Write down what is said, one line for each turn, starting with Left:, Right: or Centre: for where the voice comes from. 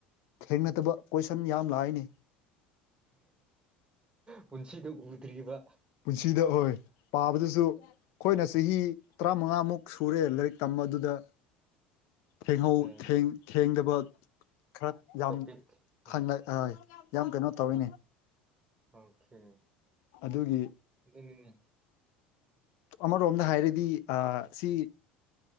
Left: ꯊꯦꯡꯅꯗꯕ ꯀꯣꯏꯁꯟ ꯌꯥꯝ ꯂꯥꯛꯏ ꯅꯦ
Right: ꯄꯨꯟꯁꯤꯗ ꯎꯗ꯭ꯔꯤꯕ
Left: ꯄꯨꯟꯁꯤꯗ ꯍꯣꯏ ꯄꯥꯕꯗꯁꯨ ꯑꯩꯈꯣꯏꯅ ꯆꯍꯤ ꯇꯔꯥꯃꯉꯥꯃꯨꯛ ꯁꯨꯔꯦ ꯂꯥꯏꯔꯤꯛ ꯇꯝꯕ ꯑꯗꯨꯗ ꯊꯦꯡꯍꯧ
Right: ꯎꯝ
Left: ꯊꯦꯡ ꯊꯦꯡꯗꯕ ꯈꯔ ꯌꯥꯝ
Right: ꯇꯣꯄꯤꯛ
Left: ꯈꯟ
Right: ꯎꯝ
Left: ꯑꯣꯏ ꯌꯥꯝ ꯀꯩꯅꯣ ꯇꯧꯋꯤꯅꯦ
Right: ꯑꯣꯀꯦ
Left: ꯑꯗꯨꯒꯤ
Right: ꯑꯗꯨꯅꯤꯅꯦ
Left: ꯑꯃꯔꯣꯝꯗ ꯍꯥꯏꯔꯗꯤ ꯁꯤ